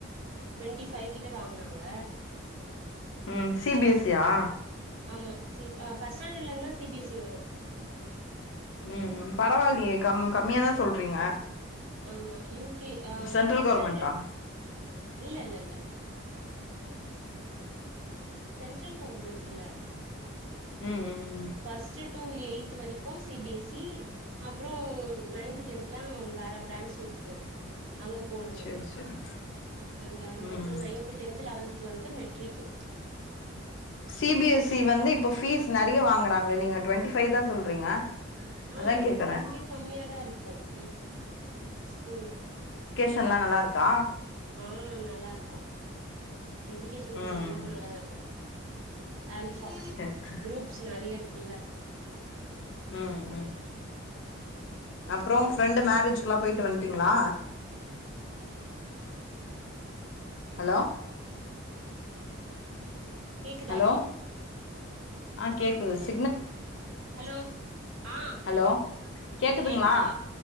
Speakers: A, on the right (about 70°); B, on the left (about 65°).
A: டொவெண்ட்டி ஃபைவ் கிட்ட வாங்குனாங்க
B: ம் சி பி எஸ் சி யா
A: ஆமா சி அ ஃபஸ்ட் ஸ்டேண்டடுல இருந்தா சி பி எஸ் சி வரு
B: உம் ம் பரவால்டி கம் கம்மியாதா சொல்றீங்க
A: ஆமா யுவ் கே அ
B: சென்ட்ரல்
A: ஃபஸ்ட்
B: கவர்மெண்ட்டா
A: ஸ்டேண்டர்டு இல்ல இல்ல இல்ல சென்ட்ரல் கவர்மென்ட் இல்ல
B: ம் ம்
A: ஃபஸ்ட் டு எய்ட்த் வரைக்கு சி பி எஸ் சி அப்றொ நைன்த் டென்த்லாம் வேற பிரான்ச் இருக்கு அங்க போடணு
B: சேரி சேரி
A: அது அதுக்கப்பறொ
B: ம்
A: ninth tenth eleventh twelfth matric
B: C B S C வந்து இப்ப ஃபீஸ் நெறைய வாங்கறாங்களே நீங்க டுவெண்ட்டி ஃபைவ் தா சொல்றீங்க
A: ஆஹ்
B: அதா
A: இங்
B: கேக்குறே
A: இங்கே கம்மியாதா இருக்கு எ ஸ்கூல்ல
B: ஷெல்லா நல்லா இருக்கா
A: ஹ் நல்லா இருக்கு எஜுகேஷன்
B: ம்
A: பொறுத்தவரைக்கு நல்லாதா இருக்கு ஆல்ஃபா
B: சேரி சேரி
A: குரூப்ஸ் நெறைய இருக்குல்ல
B: உஹ் ஹ் அப்றொ ஃப்ரெண்டு மேரேஜுக்குலா போயிட்டு வந்ட்டீங்களா ஹலோ
A: கேக்குதா
B: ஹலோ ஆ கேக் பேஸ்
A: ஹலோ ஆ
B: ஹலோ கேக்குதுங்களா
A: கேக்குதா